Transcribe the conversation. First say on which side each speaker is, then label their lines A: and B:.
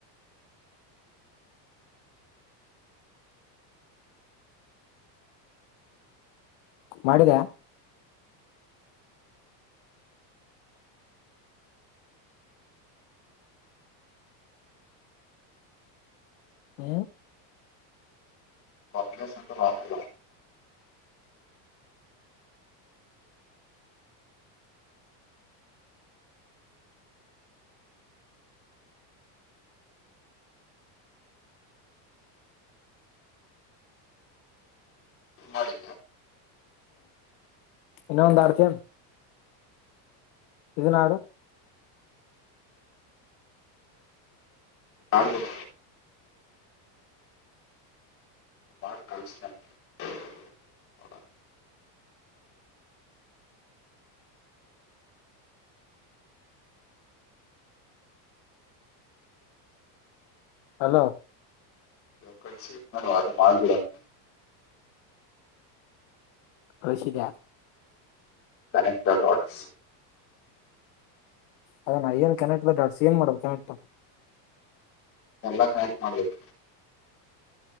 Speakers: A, on the left; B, on the left.
A: ಮಾಡಿದ ಹ್ಮ
B: ಪಂಗ್ರೆಸ್ಕ್ಕ ಮಾಡಲ್ಲ ಮಾಡಿದ್ದ
A: ಇನ್ನ ಒಂದ ಆಡ್ತ ಇದುನ ಆಡು
B: ಆಡು ಕೂಡ ಬ ಕನ್ಸ್ <inaudible>
A: ಹಲೋ
B: <inaudible>
A: ಕಲಿಸಿದ
B: ಕನೆಕ್ಟ್ ದ ಡಾಟ್ಸ್
A: ಅದ ನಾ ಏನ್ ಕನೆಕ್ಟ್ ದಡಾಡ್ಸಿ ಏನ್ ಮಾಡಬೇಕು ಕನೆಕ್ಟ್
B: ಎಲ್ಲ ಕನ್ಟೆಕ್ಟ್ ಮಾಡ್ಬೇಕು